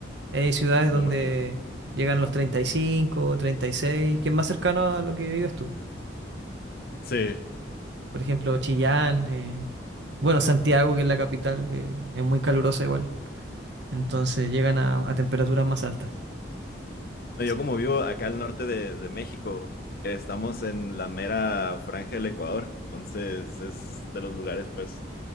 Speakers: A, on the right; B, on the left.
A: Hay ciudades
B: me
A: donde
B: imagino.
A: llegan los treinta treinta y cinco treinta y seis que es más cercano a lo que vives tú.
B: Sí,
A: Por ejemplo, Chillán, eh, bueno, Santiago, que es la capital, eh, es muy calurosa igual. Entonces llegan a, a temperaturas más altas.
B: No,
A: Sí,
B: yo como vivo acá al norte de, de México, eh, estamos en la mera franja del Ecuador, entonces es de los lugares pues